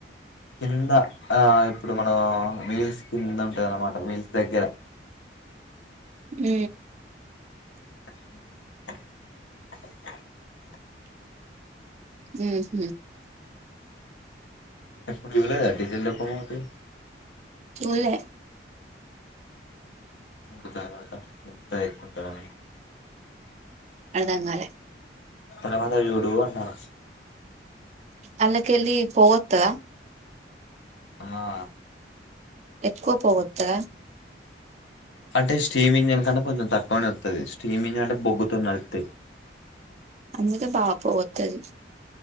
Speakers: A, on the left; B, on the right.
A: కింద ఆ ఇప్పుడు మనం వీల్స్ కింద ఉంటుందన్నమాట వీల్స్ దగ్గర.
B: ఊ
A: <inaudible>
B: ఊ హ
A: ఎప్పుటి చులేదా డిజెల్ లో కమతు
B: చులే
A: అతరువాత ఎంతా ఎతుకుంటా అని
B: అర్ధం కాలే
A: తరవాతవి చూడు అంటాన
B: అల్లాకిలి పోగత్తదా
A: అమ్మా
B: ఏక్కువ పొగత్తదా.
A: అంటే స్టీమి ఇంజిన్ కన్న కొంచెం తక్కువనే వత్తది. స్టీమి ఇంజిన్ అంటే బొగ్గుతున్నట్టే
B: అంటే బాగా పొగత్తది